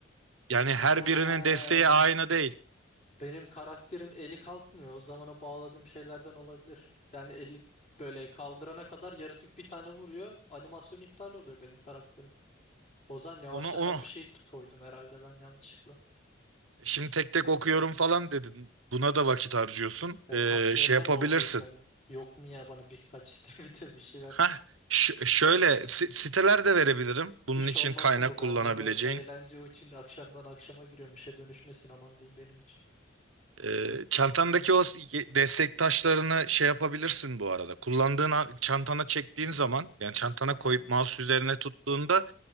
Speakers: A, on the right (about 80°); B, on the left (about 40°).
A: Yani
B: Ha,
A: her birinin desteği aynı değil.
B: benim karakterin eli kalkmıyor. O zaman o bağladığım şeylerden olabilir. Yani eli böyle kaldırana kadar yaratık bir tane vuruyor. Animasyon iptal oluyor benim karakterin. Ozan yavaşlatan
A: Onu o
B: bir şey t- koydum herhalde ben yanlışlıkla.
A: şimdi tek tek okuyorum falan dedin. Buna da vakit harcıyorsun.
B: Ve
A: Ee,
B: taşları
A: şey yapabilirsin.
B: da mı okuyacağım? Yok mu ya bana birkaç istemite <laughs> bir şey ver.
A: Hah, ş- şöyle si- siteler de verebilirim. Bunun
B: İş
A: için
B: olmasın
A: kaynak
B: bu
A: kullanabileceğin.
B: ben bunu eğlence için akşamdan akşama giriyorum işe dönüşmesin aman diyeyim benim için.
A: Ee, çantandaki o s- ye- destek taşlarını şey yapabilirsin bu arada. Kullandığın a- çantana çektiğin zaman yani çantana
B: Aha.
A: koyup mouse üzerine tuttuğunda